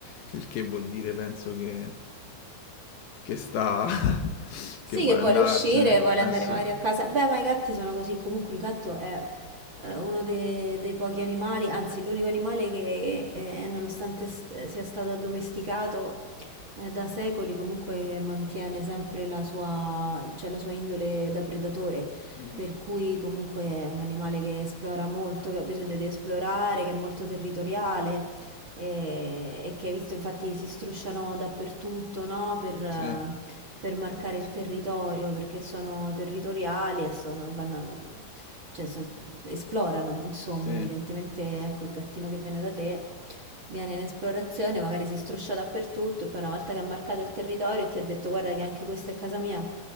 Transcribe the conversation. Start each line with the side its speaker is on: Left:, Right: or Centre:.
Left: che il che vuol dire penso che, che sta, <laughs>
Right: Sì,
Left: che Che vuole
Right: che vuole
Left: sta per andarsene.
Right: uscire, vuole
Left: andarsene,
Right: andare
Left: eh
Right: magari
Left: sì,
Right: a casa. Beh, ma i gatti sono così. Comunque il gatto è eh, uno de- dei pochi animali, anzi, l'unico animale che, eh, nonostante s- eh, sia stato addomesticato eh, da secoli, comunque mantiene sempre la sua, cioè la sua indole da predatore.
Left: Mm,
Right: Per cui comunque è un animale che esplora molto, che ha bisogno di esplorare, che è molto territoriale e, e che hai visto infatti si strusciano dappertutto, no? Per, eh,
Left: sì,
Right: per marcare il territorio, perché sono territoriali e sono, e vanno, al- cioè, so- esplorano, insomma,
Left: sì.
Right: evidentemente, ecco, il gattino che viene da te viene in esplorazione, magari si struscia dappertutto e poi una volta che ha marcato il territorio e ti ha detto guarda che anche questa è casa mia,